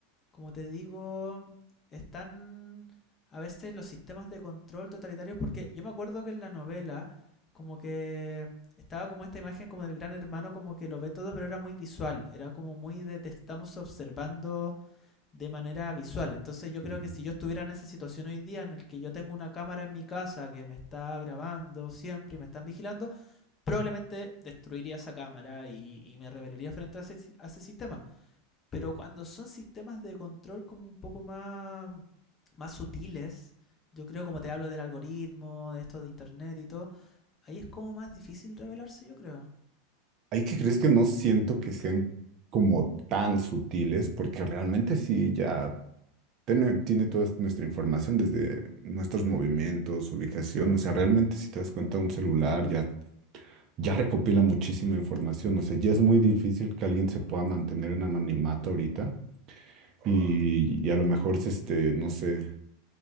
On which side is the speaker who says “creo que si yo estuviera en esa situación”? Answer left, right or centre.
Left